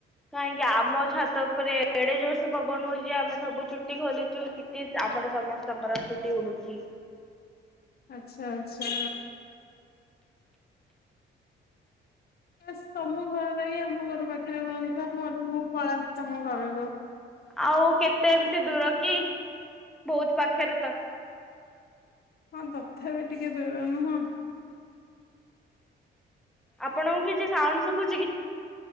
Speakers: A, in the centre; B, on the left (about 50°).
A: କାହିଁକି ଆମ ଛାତ ଉପରେ ଏଡେ ଜୋର ସେ ପବନ ହଉଛି ଆମେ ସବୁ ଚୁଟି ଖୋଲିଛୁ ଚୁ ଟି ଆମର ସମସ୍ତଙ୍କର ଚୁଟି ଉଡୁଛି।
B: ଆଛା ଆଚ୍ଛା। ଖାସ ତମ ଘର ଯାଇକି ଆମ ଘର ପାଖରେ ରୁହନ୍ତା ମୁଁ ମୋର ମୁଁ ପଳାନ୍ତି ତମ ଘରକୁ।
A: ଆଉ କେତେ ଏମିତି ଦୂର କି ବହୁତ ପାଖରେ ତ।
B: ହଁ ତଥାପି ଟିକେ ଦୂର ନୁହଁ?
A: ଆପଣଙ୍କୁ କିଛି ସାଉଣ୍ଡ ଶୁଭୁଛି କି?